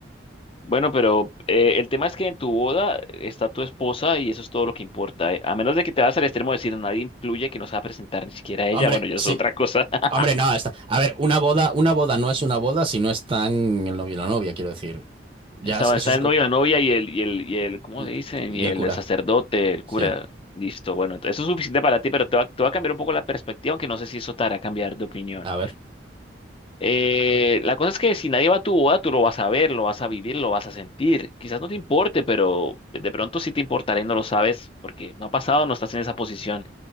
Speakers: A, on the left; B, on the right.
A: Bueno, pero eh, el tema es que en tu boda está tu esposa y eso es todo lo que importa, ¿eh? A menos de que te vas al extremo de decir nadie incluye que no se va a presentar ni siquiera ella,
B: Hombre,
A: bueno, ya
B: sí,
A: es otra cosa. <laughs>
B: hombre, no, está. A ver, una boda, una boda no es una boda si no están el novio y la novia, quiero decir. Ya,
A: estaba
B: es- eso
A: está
B: es.
A: el
B: co-
A: novio, la novia y el, y el, y el, ¿cómo
B: Y,
A: le dicen?
B: y
A: Y
B: el
A: el
B: cura.
A: sacerdote, el
B: Sí,
A: cura. Listo, bueno, entonces eso es suficiente para ti, pero te va, te va a cambiar un poco la perspectiva, aunque no sé si eso te hará cambiar de opinión.
B: a ver.
A: Eh, la cosa es que si nadie va a tu boda, tú lo vas a ver, lo vas a vivir, lo vas a sentir. Quizás no te importe, pero de pronto sí te importará y no lo sabes porque no ha pasado, no estás en esa posición.